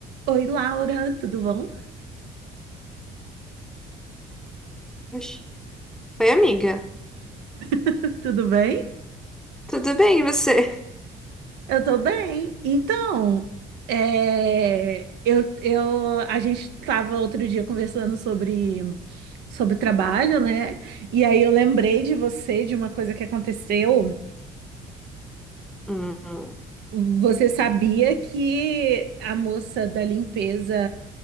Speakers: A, on the right; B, in the centre.
A: Oi, Laura, tudo bom?
B: Oxi. Oi, amiga.
A: <laughs> Tudo bem?
B: Tudo bem, e você?
A: Eu tô bem. Então, é, eu, eu, a gente tava outro dia conversando sobre, sobre trabalho, né? E aí eu lembrei de você, de uma coisa que aconteceu.
B: Hum.
A: Você sabia que a moça da limpeza